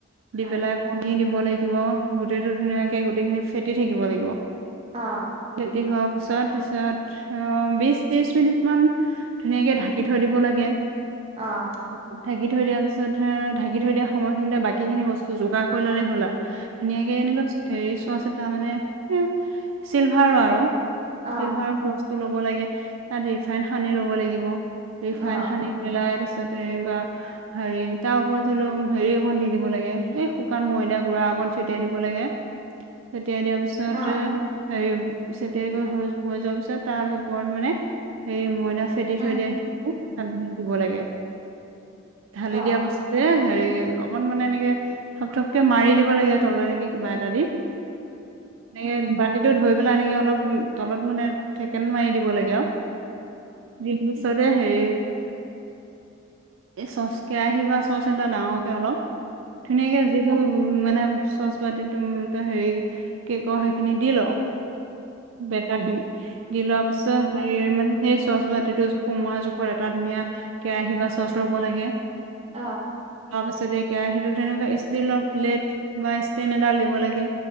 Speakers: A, on the right (about 80°); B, on the right (about 30°).
A: দি
B: অ
A: পেলাই কণী দিব ব লাগিব, গোটেইটো ধুনীয়াকৈ, গোটেইখিনি ফেটি থাকিব লাগিব।
B: অ
A: যদি হোৱা ছত পিছত অ' বিশ ত্ৰিশ মিনিট মান ধুনীয়াকে ঢাকি থৈ দিব লাগে
B: অঁ।
A: থঢাকি থৈ দিয়াৰ পিছত ঢাকি থৈ দিয়া সময়খিনিতে বাকীখিনি বস্তু যোগাৰ কৰি ললে হ'ল আৰু। ধুনীয়াকে এনেকুৱা হে চোৱাচিতা মানে এ' চিলভাৰো আৰু
B: অ
A: ফিলভাৰ টো ল'ব লাগে, তাত ৰিফাইন সানি ল'ব লাগিব ৰিফাইন
B: অ
A: হানি পেলাই এনেকুৱা হেৰি, তাৰ ওপৰত ধৰি লও হেৰি অক দি দিব লাগে, সেই শুকান ময়দা গুৰাা অকন ছটিয়াই দিব লাগে ততিয়াাৰ
B: অ
A: <unintelligible> হেৰি চেটিয়াই গৈ হৈ হৈ যোৱাৰ পিছত তাৰ ওপৰত মানে হে ময়দা। ফেটি
B: উম
A: থৈ দিয়া সেইখিনি <unintelligible> দিব লাগে ঢালি
B: অ
A: দিয়া পাছতে হেৰি অকন মানে এনেকে থপথপকে মাৰি দিব লাগে তলৰ নেকি। কিবা এটা দি এনে বতিটো ধৰি পেলাই এনেকে অলপ তলত মানে থেকেন মাৰি দিব লাগে আৰু। বিহু ওচৰত এ হেৰি এই চচ কেৰাহী বা চচ এটা ডাঙৰকে অলপ। ধুনীয়াকে যি গুল উ মানে চচ পাতি ত হেৰি কেকৰ সেইখিনি দি ল। বেটা খিনি দি লোৱা পিছত হে মানে সেই চচ বাতিটো সোমোৱা জোখত এটা ধুনীয়া কেৰাহী বা। চচ ল ব' লাগে।
B: অ '
A: তাৰ পিছতে এই কেৰাহীটো তেনেকুৱা ষ্টীলৰ প্লেট বা ষ্টেন এডটা দিব লাগে।